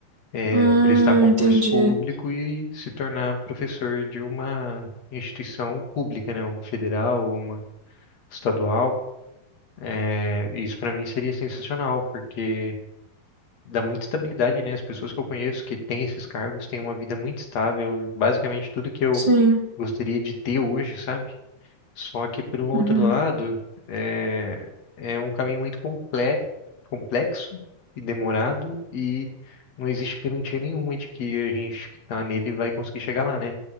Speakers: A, on the left; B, on the right.
A: É
B: Hum,
A: prestar concurso
B: entendi.
A: público e se tornar professor de uma instituição pública, né? Uma federal, uma estadual. É, isso para mim seria sensacional, porque dá muita estabilidade, né? As pessoas que eu conheço que têm esses cargos têm uma vida muito estável, basicamente tudo que eu
B: Sim.
A: gostaria de ter hoje, sabe? Só que por um outro
B: Uhum.
A: lado, é, é um caminho muito complexo, complexo e demorado e não existe garantia nenhuma de que a gente que está nele vai conseguir chegar lá, né?